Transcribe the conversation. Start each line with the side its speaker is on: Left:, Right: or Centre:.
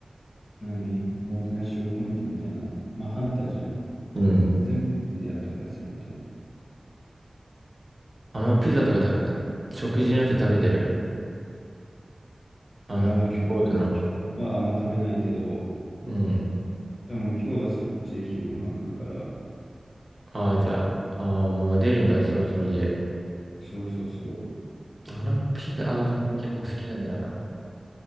Left: 何おもてなしを込めてみたいな、まあ反対じゃん。
Right: うん。
Left: もう全部でやってくださいみたい
Right: あのピザとかた、食事のやつ食べてる。あの、
Left: な。ああ、
Right: フーコートの。
Left: でも今日はあんま食べないけど、
Right: うん。
Left: 多分今日はそっちで昼ご飯食うから、
Right: ああ、じゃあ、ああ、もう出るんだ、そろそろ家。
Left: そうそうそ
Right: あのピザ、
Left: う。
Right: あー結構好きなんだな。
Left: う